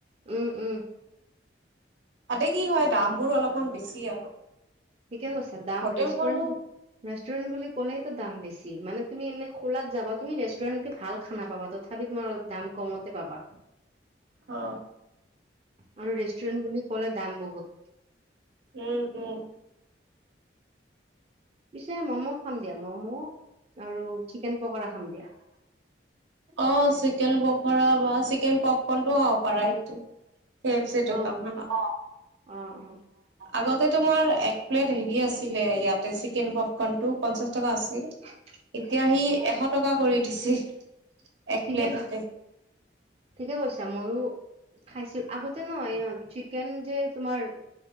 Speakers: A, on the right (about 35°); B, on the right (about 80°).
A: উম উম
B: তাতে কি হয় দাম বোৰো অলপমান বেছি আৰু।
A: ঠিকে কৈছা দাম
B: হোটেল
A: ৰেষ্টৰেট
B: খনো
A: ৰেষ্টৰেণ্ট বুলি কলেইতো দাম বেছি মান তুমি এনে খোলাত যাবা তুমি ৰেষ্টুৰেণ্ট কে ভাল খানা পাবা তথাপি তোমাৰ অলপ দাম কমতে পাবা। আৰু
B: অ
A: ৰেষ্টষ্টুৰণ্ট বুলি ক'লে দাম বহুত।
B: উম! উম!
A: পিছে ম'ম' খাম দিয়া ম'ম' আৰু চিকেন পকৰা। খাম দিয়া।
B: অ' চিকেন পকৰা বা চিকেন কোনটো হব পাৰা এইটো, কে এফ ছি দোকান
A: অ
B: খনত।
A: অ অ
B: আগতে তোমাৰ এক প্লেট হেৰি আছিলে ইয়াতে চিকেন পফকন টো পঞ্চাশ টকা আছিল।
A: <unintelligible>
B: এতিয়া সি এশ টকা কৰি দিছে এক
A: ঠিকে
B: প্লেটতে।
A: ঠিকে কৈছা মইয়ো খাইছিলো, আগতে নহ চিকেন যে তোমাৰ